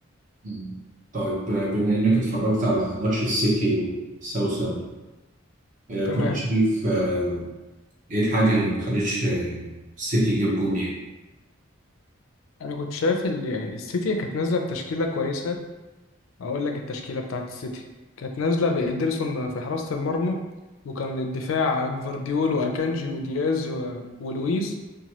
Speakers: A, on the right; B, on the left.
A: مم. طيب آه، بما انك اتفرجت على ماتش السيتي وساوثهامبتون آه،
B: تمام
A: كنت شايف آه، ايه الحاجة اللي ما خلتش آه، السيتي يجيب جون يعني
B: انا كنت شايف ال- السيتي كانت نازله بتشكيله كويسه اقول لك التشكيله بتاعت السيتي كانت نازله بإيدرسون في حراسه المرمى وكان الدفاع جفارديول واكانجي ودياز و- ولويس